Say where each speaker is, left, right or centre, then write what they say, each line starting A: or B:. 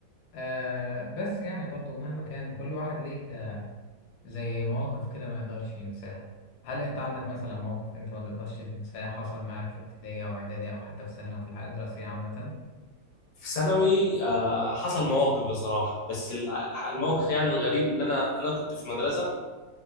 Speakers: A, on the left (about 65°); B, on the left (about 80°).
A: آه بس يعني برضو مهما كان كل واحد ليه آه زي مواقف كده ما يقدرش ينساها هل انت عندك مثلا موقف انت ما تقدرش تنساه حصل معاك في ابتدائي او اعدادي او حتى في ثانوي او في الحياه الدراسيه عامه
B: في ثانوي آه، حصل مواقف بصراحه بس الع- الموقف يعني الغريب ان انا انا كنت في مدرسه